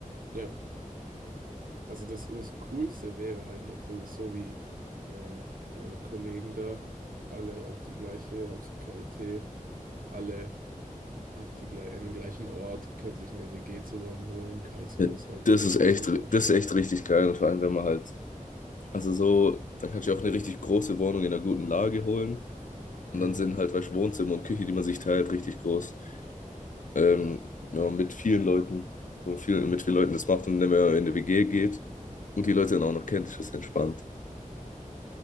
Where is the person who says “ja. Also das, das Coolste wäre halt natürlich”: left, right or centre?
Right